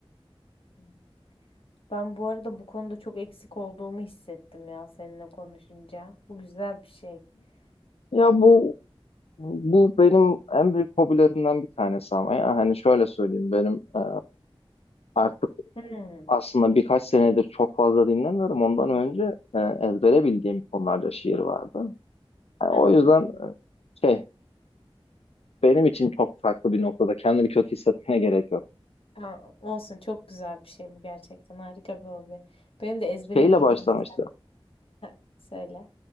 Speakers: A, on the left; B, on the left.
A: Hmm. Ben bu arada bu konuda çok eksik olduğumu hissettim ya seninle konuşunca. Bu güzel bir şey.
B: Ya
A: Hani.
B: bu bu benim en büyük hobilerimden bir tanesi ama ya hani şöyle söyleyeyim benim e, artık
A: Hmm.
B: aslında birkaç senedir çok fazla dinlemiyorum. Ondan önce e, ezbere bildiğim konularda şiir vardı. Yani
A: Hı
B: o
A: hı.
B: yüzden e, şey benim için çok farklı bir noktada. Kendini kötü hissetmene gerek yok.
A: Ha, olsun çok güzel bir şey bu gerçekten harika bir hobi. Benim de ezbere
B: Şeyle
A: bildiğim
B: başlamıştı.
A: bir tane söyle.